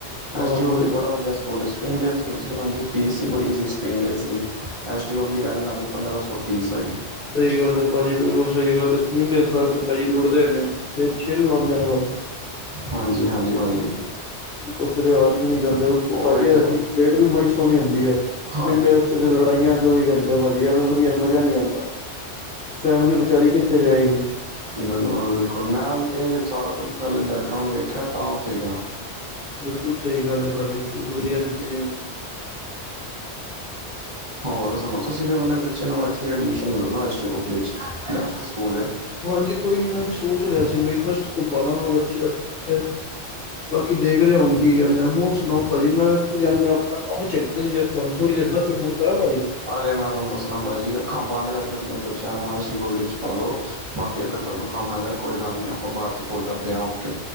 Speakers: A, on the left; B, on the right.
A: ਹਾਂ
B: ਐਸ ਡੀਬਲਿਊ
A: ਬੜੀ
B: ਬੜਾ ਵਧੀਆ ਸਕੂਲ ਹੈ ਜੀ। ਉਹਨਾਂ ਦੀ ਫੀਸ ਹੀ ਬੜੀ ਸੀ ਸਪਿੰਗ ਡਰੈੱਸ ਦੀ ਐਸ ਡੀ ਪਬਲਿਕ ਉਹਨਾਂ ਦੀ ਪੰਦਰਾਂ ਸੌ ਫ਼ੀਸ ਆਈ।
A: ਸਈ ਗੱਲ ਏ ਭਾਜੀ ਬਿਲਕੁਲ ਸਹੀ ਗੱਲ ਹੈ ਸਪਰਿੰਗ ਡੇਲਸ ਵਾਲੇ ਭਾਜੀ ਲੁਟਦੇ ਨੇ ਇਹ ਛਿਲ ਲਾਂਦੇ ਭਾਜੀ।
B: ਹਾਂਜੀ-ਹਾਂਜੀ ਭਾਜੀ।
A: ਕੁਛ ਰਿਆਤ ਵੀ ਨੀ ਕਰਦੇ ਉੱਤੋਂ
B: ਉਹੀ
A: ਭਾਜੀ
B: ਤੇ
A: ਐਸ ਡੀ ਸੇਟ ਵੀ ਬੜੀ ਸੋਹਣੀ ਹੁੰਦੀ ਏ।
B: ਹਾਂ
A: ਪਿੰਡ ਵਿੱਚ ਤੇ ਲੜਾਈਆਂ। ਚੌਵੀ ਘੰਟੇ ਭਾਜੀ ਐਵੇ ਵਧੀਆ ਮਜ਼ਾ ਨਹੀਂ ਆਦਾ ਫੈਮਿਲੀ ਵਿਚਾਰੀ ਕਿੱਥੇ ਜਾਏਗੀ।
B: ਬਿਲਕੁਲ-ਬਿਲਕੁਲ ਮੈਂ ਉਹੀਂ ਤੇ ਸਾਰਾ ਕੁਛ ਪਹਿਲੇ ਬੈਕਗਰਾਉਂਡ ਵੇਖਿਆ ਤਾਂ ਉੱਥੇ ਗਿਆ।
A: ਬਿਲਕੁਲ ਸਹੀ ਗੱਲ ਐ ਭਾਜੀ ਬਹੁਤ ਵਧੀਆ ਤੁਸੀਂ।
B: ਹੋਰ ਦੱਸੋ ਤੁਸੀਂ ਵੀ ਆਪਣੇ ਬੱਚੇ ਨੂੰ ਇੱਥੇ ਐਡਮਿਸ਼ਨ ਲੈ ਲੈਣਾ ਐਸ ਡੀ ਪਬਲਿਕ 'ਚ। ਬੈਸਟ ਸਕੂਲ ਐ।
A: ਹਾਂਜੀ ਕੋਈ ਨੀ ਮੈਂ ਵੀ ਸੋਚ ਰਿਹਾ ਸੀ ਬਈ ਫਸਟ ਤੋਂ ਪਾਦਾਂਗਾ ਬੱਚੇ ਤੇ। ਬਾਕੀ ਦੇਖਦੇ ਹਾਂ ਹੁਣ ਕੀ ਕਹਿੰਦੇ ਆ ਹੋਰ ਸੁਣਾਓ? ਭਾਜੀ ਮੈਂ ਕੀ ਕਹਿੰਦੇ ਆਪਣਾ ਕੰਮ। ਭਾਜੀ ਜਦੋਂ ਤੁਹਾਨੂੰ ਥੋੜ੍ਹੀ ਦੇਰ ਬਾਅਦ 'ਚ ਫੋਨ ਕਰਾ ਭਾਜੀ।
B: ਅਰੇ ਮੈਂ ਤੁਹਾਨੂੰ ਦੱਸਣਾ ਭਾਜੀ ਅੱਖਾਂ ਬੰਦ ਕਰਕੇ ਆਪਣੇ ਬੱਚਿਆਂ ਨੂੰ ਐਸ ਡੀ ਪਬਲਿਕ 'ਚ ਪਾਲੋ। ਬਾਕੀ ਅਗਰ ਤੁਹਾਨੂੰ ਕੰਮ ਹੈਗਾ ਕੋਈ ਗੱਲ ਨੀ ਆਪਾਂ ਬਾਅਦ 'ਚ ਕੋਲ ਕਰਦੇ ਆ ਓਕੇ।